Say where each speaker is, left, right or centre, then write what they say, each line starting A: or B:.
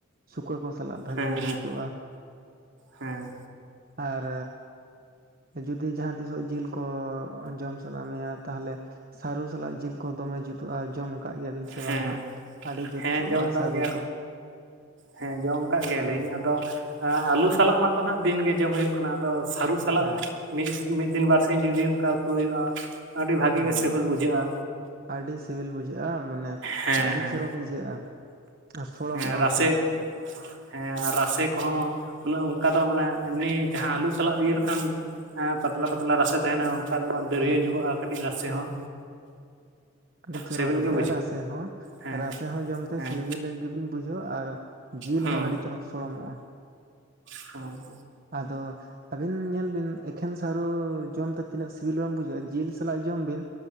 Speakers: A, on the right; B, on the right.
A: ᱥᱩᱠᱟᱹ ᱠᱚ ᱥᱟᱞᱟᱜ ᱵᱷᱟᱜᱤ
B: ᱦᱮᱸ ᱦᱮᱸ
A: ᱡᱩᱛᱩᱜᱼᱟ᱾
B: ᱦᱮᱸ᱾
A: ᱟᱨ ᱡᱩᱫᱤ ᱡᱟᱦᱟᱸ ᱛᱤᱥᱚᱜ ᱡᱤᱞ ᱠᱚ ᱡᱚᱢ ᱥᱟᱱᱟ ᱢᱮᱭᱟ ᱛᱟᱦᱚᱞᱮ ᱥᱟᱨᱩ ᱥᱟᱞᱟᱜ ᱡᱤᱞᱠᱚ ᱫᱚᱢᱮ ᱡᱩᱛᱩᱜᱼᱟ᱾ ᱡᱚᱢ ᱠᱟᱜ ᱜᱮᱭᱟᱵᱤᱱ ᱥᱮ
B: ᱦᱮᱸ
A: ᱵᱟᱝ ᱦᱟᱸᱜ᱾ ᱟᱹᱰᱤ ᱡᱩᱛᱩᱜᱼᱟ᱾
B: ᱦᱮᱸ ᱡᱚᱢ ᱟᱠᱟᱫ
A: ᱥᱟᱹᱨᱩ
B: ᱜᱮᱭᱟ
A: ᱠᱚ᱾
B: ᱦᱮᱸ ᱡᱚᱢ ᱠᱟᱜ ᱜᱮᱭᱟᱞᱤᱧ ᱟᱫᱚ ᱟᱹᱞᱩ ᱥᱟᱞᱟᱜ ᱢᱟᱛᱚ ᱦᱟᱜ ᱫᱤᱱᱜᱮ ᱡᱚᱢ ᱦᱩᱭᱩᱜ ᱠᱟᱱᱟ᱾ ᱟᱫᱚ ᱥᱟᱹᱨᱩ ᱥᱟᱞᱟᱜ
A: ᱦᱮᱸ
B: ᱢᱤᱥ ᱢᱤᱫᱤᱱ ᱵᱟᱨ ᱥᱤᱧ ᱡᱩᱫᱤ ᱚᱱᱠᱟ ᱩᱛᱩ ᱦᱩᱭᱩᱜᱼᱟ᱾ ᱟᱹᱰᱤ ᱵᱷᱟᱹᱜᱤ
A: ᱦᱳᱭ
B: ᱜᱮ ᱥᱮᱵᱤᱞ ᱵᱩᱡᱷᱟᱹᱜᱼᱟ᱾
A: ᱟᱹᱰᱤ ᱥᱤᱵᱤᱞ ᱵᱩᱡᱷᱟᱹᱜᱼᱟ᱾ ᱢᱟᱱᱮ
B: ᱦᱮᱸ
A: ᱟᱹᱰᱤ
B: ᱦᱮᱸ
A: ᱪᱚᱨᱚᱠ ᱤᱭᱟᱹᱜᱼᱟ ᱟᱨ ᱥᱚᱲᱚᱢᱚᱜᱼᱟ᱾
B: ᱦᱮᱸ ᱨᱟᱥᱮ
A: ᱩᱛᱩ᱾ <inaudible>
B: ᱦᱮᱸ ᱟᱨ ᱨᱟᱥᱮ ᱠᱚᱦᱚᱸ ᱩᱱᱟᱜ ᱚᱝᱠᱟ ᱫᱚ ᱢᱟᱱᱮ ᱮᱢᱱᱤ ᱡᱟᱦᱟᱸ ᱟᱹᱞᱩ ᱥᱟᱞᱟᱜ ᱤᱭᱟᱹ ᱞᱮᱠᱷᱟᱱ ᱦᱮᱸ ᱯᱟᱛᱞᱟ ᱯᱟᱛᱞᱟ ᱨᱟᱥᱮ ᱛᱟᱦᱮᱱᱟ ᱚᱱᱠᱟ ᱫᱚ ᱵᱟᱝ ᱫᱟᱹᱨᱭᱟᱹ
A: ᱦᱮᱸ
B: ᱧᱚᱜᱚᱜᱼᱟ᱾ ᱠᱟᱹᱴᱤᱡ ᱨᱟᱥᱮ ᱦᱚᱸ᱾
A: ᱟᱹᱰᱤ ᱪᱚᱨᱚᱠ
B: ᱥᱤᱵᱤᱞ
A: ᱵᱩᱡᱷᱟᱹᱜᱼᱟ᱾
B: ᱜᱮ
A: ᱨᱟᱥᱮ ᱦᱚᱸ
B: ᱦᱮᱸ
A: ᱨᱟᱥᱮ ᱦᱚᱸ ᱡᱚᱢᱛᱮ
B: ᱦᱮᱸ
A: ᱥᱤᱵᱤᱞ᱾ <unintelligible> ᱵᱩᱡᱷᱟᱹᱣ ᱟᱨ ᱡᱤᱞ
B: ᱦᱩᱸ
A: ᱦᱚᱸ ᱟᱹᱰᱤ ᱪᱚᱨᱚᱠ ᱥᱚᱲᱚᱢᱚᱜᱼᱟ᱾
B: ᱦᱩᱸ᱾
A: ᱟᱫᱚ ᱟᱹᱵᱤᱱ ᱧᱮᱞ ᱵᱤᱱ ᱮᱠᱷᱮᱱ ᱥᱟᱨᱩ ᱡᱚᱢᱛᱮ ᱛᱤᱱᱟᱹᱜ ᱥᱤᱵᱤᱞ ᱵᱟᱝ ᱵᱩᱡᱷᱟᱹᱜᱼᱟ᱾ ᱡᱤᱞ ᱥᱟᱞᱟᱜ ᱡᱚᱢ ᱵᱤᱱ